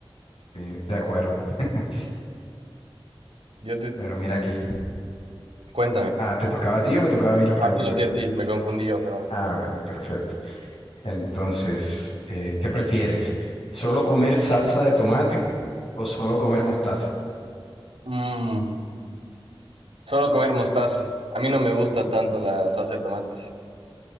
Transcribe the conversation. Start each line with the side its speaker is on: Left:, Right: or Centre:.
Left: Sí, de acuerdo. <laughs>
Right: Yo te...
Left: Pero mira aquí.
Right: Cuéntame.
Left: Ah, ¿te tocaba a ti o me tocaba a mí la pregunta?
Right: A ti, a ti, a ti. Me confundí yo, pero...
Left: Ah, bueno, perfecto. Entonces, eh, ¿qué prefieres? ¿Solo comer salsa de tomate o solo comer mostaza?
Right: Mm. Solo comer mostaza. A mí no me gusta tanto la salsa de tomate.